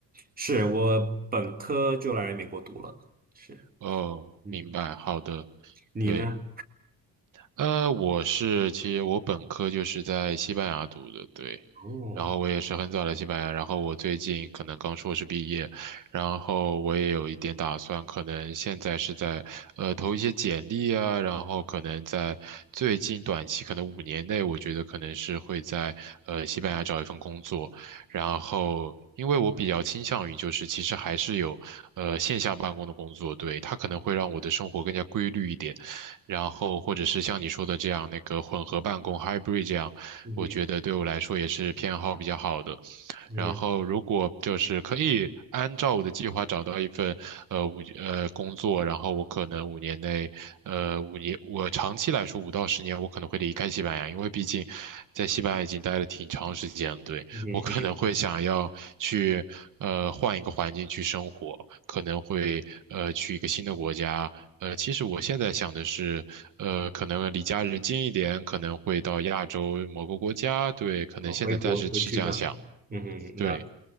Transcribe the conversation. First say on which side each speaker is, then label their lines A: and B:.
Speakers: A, on the right; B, on the right.
A: 是我本科就来美国读了，是，
B: 哦，
A: 嗯，
B: 明白，好的。
A: 你呢？
B: 对。呃，我是，其实我本科就是在西班牙读的，对。
A: 哦。
B: 然后我也是很早来西班牙，然后我最近可能刚硕士毕业，然后我也有一点打算，可能现在是在呃投一些简历啊，然后可能在最近短期可能五年内，我觉得可能是会在呃西班牙找一份工作，然后。因为我比较倾向于，就是其实还是有，呃，线下办公的工作，对，它可能会让我的生活更加规律一点，然后或者是像你说的这样，那个混合办公 hybrid 这样，
A: 嗯
B: 我觉得对我来说也是偏好比较好的。
A: 嗯
B: 然后，如果就是可以按照我的计划找到一份呃五呃工作，然后我可能五年内，呃五年我长期来说五到十年，我可能会离开西班牙，因为毕竟在西班牙已经待了挺长时间了，对，
A: 嗯嗯，
B: 我可能会想要去呃换一个环境去生活，可能会呃去一个新的国家。呃，其实我现在想的是，呃，可能离家人近一点，可能会到亚洲某个国家，对，可能现在暂时是这样想。
A: 哦，回国回去这样子，嗯嗯，
B: 对，
A: 那